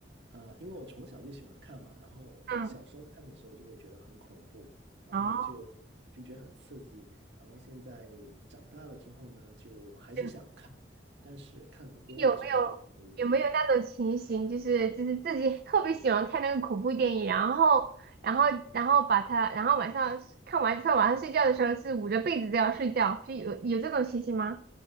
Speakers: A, on the right (about 70°); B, on the right (about 55°).
A: 呃，因为我从小就喜欢看嘛，然后小时候看的时候就会觉得很恐怖，
B: 嗯，
A: 然后就就觉得很刺激，
B: 哦，
A: 然后现在长大了之后呢，就还是想看，
B: 嗯
A: 但是看的多了之后就觉得有点，
B: 有没有有没有那种情形，就是就是自己 <laughs> 特别喜欢看那个恐怖电影，然后然后然后把它，然后晚上看完之后，晚上睡觉的时候是捂着被子这样睡觉，是有有这种情形吗？